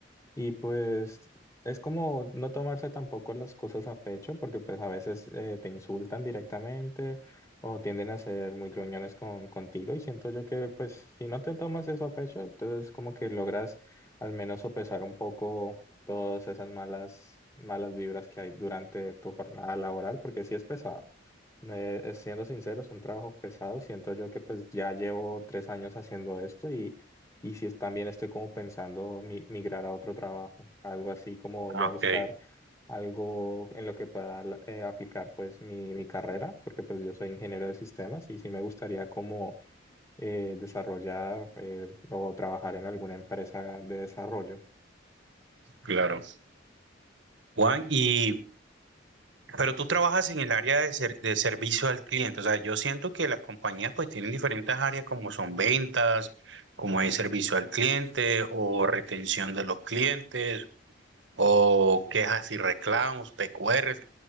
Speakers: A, on the left; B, on the right.
A: Y pues es como no tomarse tampoco las cosas a pecho, porque pues a veces eh, te insultan directamente o tienden a ser muy gruñones con, contigo y siento yo que pues si no te tomas eso a pecho, entonces como que logras al menos sopesar un poco todas esas malas, malas vibras que hay durante tu jornada laboral, porque sí es pesado. Eh, eh, siendo sincero, es un trabajo pesado. Siento yo que pues ya llevo tres años haciendo esto y si es- también estoy como pensando mi- migrar a otro trabajo, algo así como
B: Ah,
A: ya
B: ok,
A: buscar algo en lo que pueda la- eh, aplicar pues mi, mi carrera, porque pues yo soy ingeniero de sistemas y sí me gustaría como eh, desarrollar eh, o trabajar en alguna empresa de desarrollo.
B: claro. Juan, y Pero tú trabajas en el área de, ser- de servicio al cliente. O sea, yo siento que las compañías pues tienen diferentes áreas como son ventas, como es servicio al cliente o retención de los clientes o quejas y reclamos, PQRs.